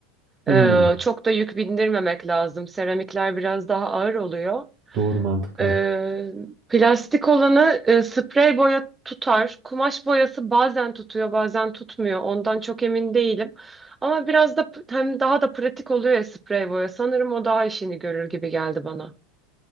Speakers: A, on the right (about 45°); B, on the right (about 15°).
A: Hmm,
B: Ee, çok da yük bindirmemek lazım. Seramikler biraz daha ağır oluyor.
A: doğru mantıklı.
B: Ee, plastik olanı e, sprey boya tutar. Kumaş boyası bazen tutuyor, bazen tutmuyor. Ondan çok emin değilim. Ama biraz da p- hem daha da pratik oluyor ya sprey boya. Sanırım o daha işini görür gibi geldi bana.